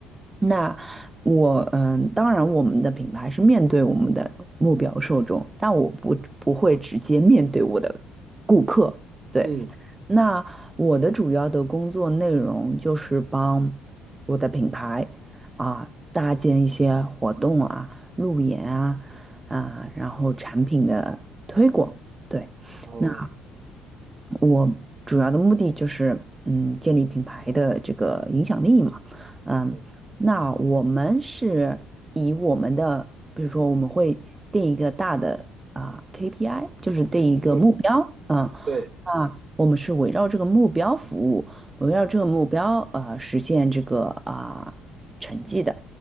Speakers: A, on the right (about 20°); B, on the right (about 40°).
A: 那我嗯，当然我们的品牌是面对我们的目标受众，但我不不会直接面对我的顾客。对，
B: 嗯，
A: 那我的主要的工作内容就是帮我的品牌啊搭建一些活动啊、路演啊啊，然后产品的推广。对。
B: 好，
A: 那。我主要的目的就是，嗯，建立品牌的这个影响力嘛，嗯，
B: 嗯，
A: 那我们是以我们的，比如说我们会定一个大的啊、KPI，就是定一个目标，
B: 嗯
A: 嗯，
B: 对，
A: 那我们是围绕这个目标服务，围绕这个目标呃实现这个啊、成绩的，